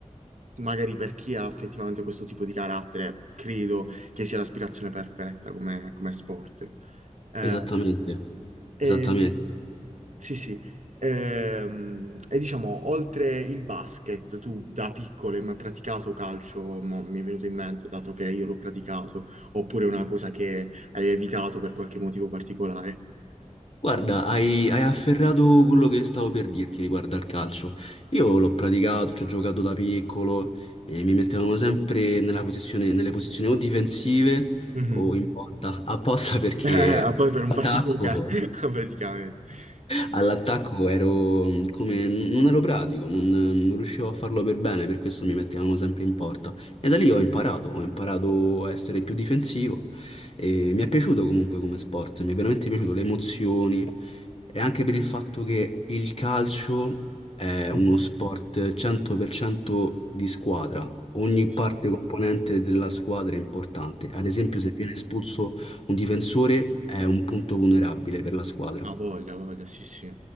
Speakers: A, on the right (about 65°); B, on the left (about 50°).
A: magari per chi ha effettivamente questo tipo di carattere, credo che sia l'aspirazione perfetta come, come sport. Eh,
B: Esattamente,
A: e
B: esattamente.
A: sì, sì. Ehm, e diciamo, oltre il basket, tu da piccolo hai mai praticato calcio? Mo mi è venuto in mente, dato che io l'ho praticato, oppure una cosa che hai evitato per qualche motivo particolare?
B: Guarda, hai, hai afferrato quello che stavo per dirti riguardo al calcio. Io l'ho praticato, ci ho giocato da piccolo e mi mettevano sempre nella posizione- nelle posizioni o difensive
A: Mhm.
B: o in porta, <laughs> apposta perché
A: Eh, <laughs> a poi per non
B: attacco.
A: farti giocare, <laughs> praticamente.
B: All'attacco
A: Ma-
B: ero mm, come... non ero pratico, non, non riuscivo a farlo per bene, per questo mi mettevano sempre in porta. E da lì ho imparato, ho imparato a essere più difensivo e mi è piaciuto comunque come sport, mi è veramente piaciuto le emozioni e anche per il fatto che il calcio è uno
A: Mhm.
B: sport 100% di squadra. Ogni
A: Sì, sì,
B: parte componente della squadra è importante.
A: importante.
B: Ad esempio, se viene espulso un difensore è un punto vulnerabile per la squadra.
A: Ah, voglia, voglia, sì, sì.